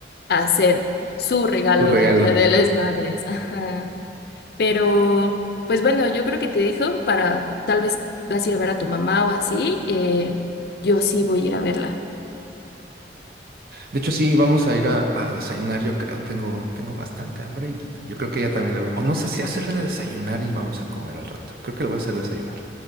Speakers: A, on the left; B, on the right.
A: a hacer su regalo
B: Tu regalo.
A: del Día de las Madres. Ajá. Pero, pues bueno, yo creo que te dejo para, tal vez vas a ir a ver a tu mamá o así. eh, yo sí voy a ir a verla.
B: De hecho, sí, vamos a ir a, a desayunar, yo creo. Tengo, tengo bastante hambre y yo creo que ella también le va. O no sé si hacerle de desayunar y vamos a comer al rato. Creo que le voy a hacer desayunar.